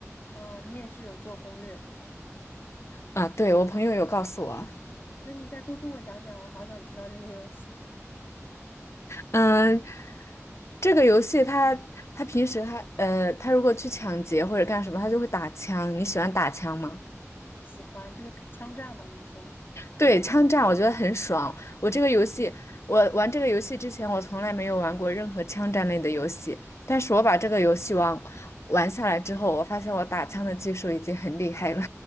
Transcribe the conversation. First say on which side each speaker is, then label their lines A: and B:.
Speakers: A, on the left; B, on the left.
A: 哦，你也是有做攻略对吧？
B: 啊，对，我朋友有告诉我。
A: 啊，那你再多跟我讲讲，我好想知道这个游戏。
B: 嗯，这个游戏它它平时它呃，它如果去抢劫或者干什么，它就会打枪。你喜欢打枪吗？
A: <laughs> 喜欢就是枪战吗？你说，
B: 对，枪战我觉得很爽。我这个游戏，
A: 嗯
B: 我玩这个游戏之前，我从来没有玩过任何枪战类的游戏。但是我把这个游戏玩玩下来之后，我发现我打枪的技术已经很厉害了。